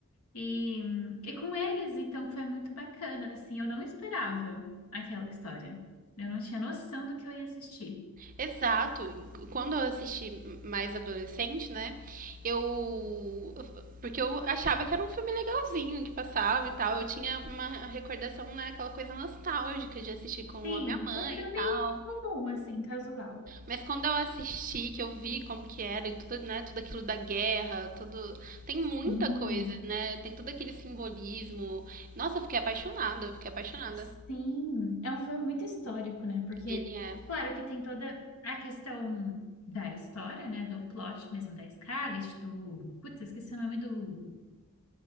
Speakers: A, on the left; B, on the right.
A: E, e com eles, então, foi muito bacana, assim, eu não esperava aquela história. Eu não tinha noção do que eu ia assistir.
B: Exato. Quando eu assisti mais adolescente, né? Eu. Porque eu achava que era um filme legalzinho que passava e tal. Eu tinha uma recordação, né? Aquela coisa nostálgica de assistir com
A: Sim,
B: a minha mãe
A: um filme
B: e tal.
A: comum, assim, casual.
B: Mas quando eu assisti, que eu vi como que era e tudo, né? Tudo aquilo da guerra, tudo. Tem muita
A: Sim,
B: coisa, né? Tem todo aquele simbolismo. Nossa, eu fiquei apaixonada, eu fiquei apaixonada.
A: sim. É um filme muito histórico, né? Porque,
B: Ele é.
A: claro que tem toda a questão da história, né? Do plot mesmo da Scarlett, do... Putz, esqueci o nome do